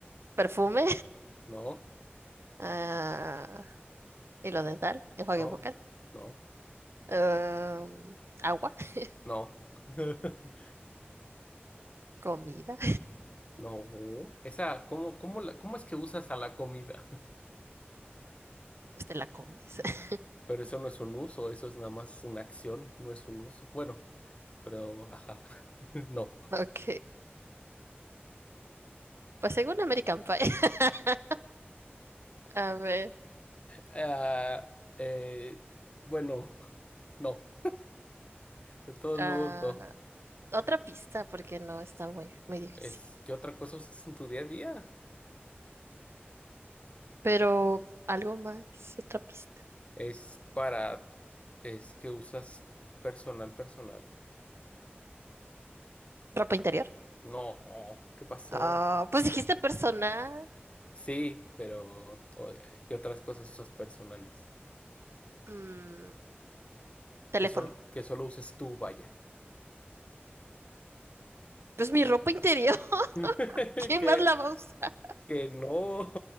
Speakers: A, on the right; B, on the left.
A: <laughs> perfume,
B: no,
A: ah, hilo dental, enjuague
B: no,
A: bucal.
B: no,
A: Am, agua, <laughs>
B: no. <laughs>
A: comida,
B: No, esa, ¿cómo, cómo, la, cómo es que usas a la comida?
A: pues te la comes. <laughs>
B: Pero eso no es un uso, eso es nada más una acción, no es un uso. Bueno, pero ajá, <laughs> no.
A: Ok, pues según American Pie. <laughs> A ver,
B: Ah, eh, bueno, <laughs> no, de todos
A: ah,
B: modos, no.
A: otra pista, porque no está muy, muy difícil.
B: Es que otra cosa usas en tu día a día.
A: Pero algo más, otra pista.
B: Es para, es que usas personal, personal.
A: ¿Ropa interior?
B: No, ¿qué pasó?
A: Ah, pues dijiste personal,
B: Sí, pero o- ¿qué otras cosas usas personales?
A: mm, teléfono.
B: Que, solo que solo uses tú, vaya.
A: Pues mi ropa interior, <laughs>
B: <laughs>
A: ¿quién
B: que
A: más la va a usar?
B: Que no.